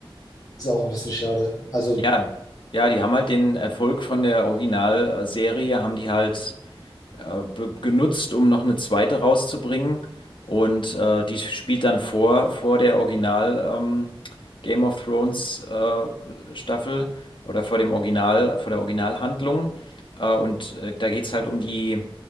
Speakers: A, on the left; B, on the left.
A: ist auch ein bisschen schade. Also,
B: ja, ja, die haben halt den Erfolg von der Originalserie, haben die halt äh, be- genutzt, um noch eine zweite rauszubringen. Und äh, die spielt dann vor, vor der Original ähm, Game of Thrones äh, Staffel oder vor dem Original, vor der Originalhandlung. Äh, und äh, da geht es halt um die,